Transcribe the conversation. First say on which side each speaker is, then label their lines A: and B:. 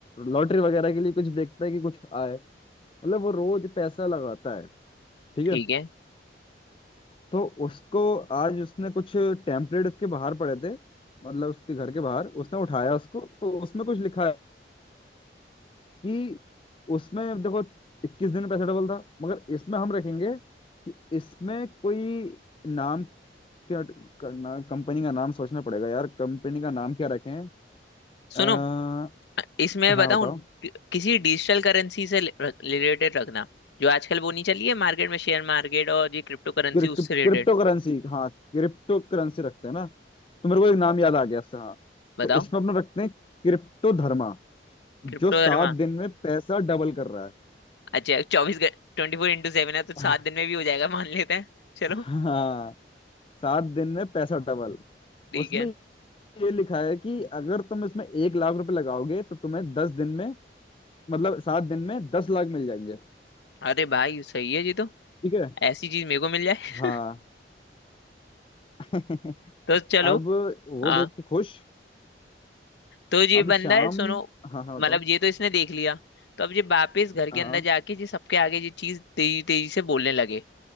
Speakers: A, on the left (about 30°); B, on the left (about 75°).
A: लॉटरी वगैरह के लिए कुछ देखता है कि कुछ आए मतलब वो रोज पैसा लगाता है ठीक
B: ठीक
A: है
B: है
A: तो उसको आज उसने कुछ टेम्पलेट उसके बाहर पड़े थे मतलब उसके घर के बाहर उसने उठाया उसको तो उसमें कुछ लिखा है कि उसमें देखो इक्कीस दिन में पैसा डबल था मगर इसमें हम रखेंगे कि इसमें कोई नाम क्या करना कंपनी का नाम सोचना पड़ेगा यार कंपनी का नाम क्या रखें
B: सुनो
A: आ,
B: इसमें
A: हाँ
B: बताऊं
A: बताओ
B: कि- किसी डिजिटल करेंसी से रिलेटेड रखना जो आजकल वो नहीं चली है मार्केट में शेयर मार्केट और ये क्रिप्टो करेंसी
A: क्रिप्टो
B: उससे रिलेटेड
A: करेंसी हाँ क्रिप्टो करेंसी रखते हैं ना तो मेरे को एक नाम याद आ गया इससे हाँ
B: बताओ
A: तो इसमें अपना रखते हैं क्रिप्टो धर्मा
B: क्रिप्टो
A: जो सात
B: धर्मा
A: दिन में पैसा डबल कर रहा
B: अच्छा चौबीस ट्वेंटी फोर इंटू सेवन है तो
A: है
B: सात
A: <laughs>
B: दिन में भी हो जाएगा मान लेते हैं चलो
A: हाँ सात दिन में पैसा डबल
B: ठीक
A: उसमें
B: है
A: ये लिखा है कि अगर तुम इसमें एक लाख रुपए लगाओगे तो तुम्हें दस दिन में मतलब सात दिन में दस लाख मिल जाएंगे
B: अरे भाई सही है जी तो
A: ठीक है
B: ऐसी चीज मेरे को मिल जाए
A: हाँ <laughs>
B: <laughs> तो चलो
A: अब वो
B: हाँ
A: देख के खुश
B: तो ये
A: अब
B: बंदा
A: शाम
B: है सुनो
A: हाँ हाँ
B: मतलब
A: बताओ
B: ये तो इसने देख लिया तो अब ये वापस घर के
A: हाँ
B: अंदर
A: हाँ
B: जाके ये सबके आगे ये चीज तेजी तेजी से बोलने लगे